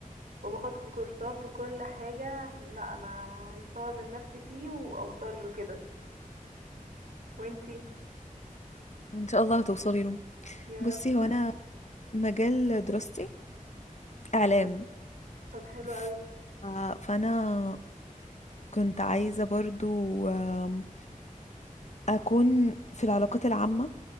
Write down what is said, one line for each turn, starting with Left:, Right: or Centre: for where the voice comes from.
Right: وباخد في كورسات وكل حاجة عشان لا انا عايز اطور من نفسي فيه واوصل له كده وانتي
Left: ان شاء الله هتوصلي له
Right: يا
Left: بصي
Right: رب
Left: هو
Right: <laughs>
Left: انا مجال دراستي اعلام
Right: طب حلو
Left: ف-
Right: قوي
Left: فانا كنت عايزه برضو آم، اكون في العلاقات العامه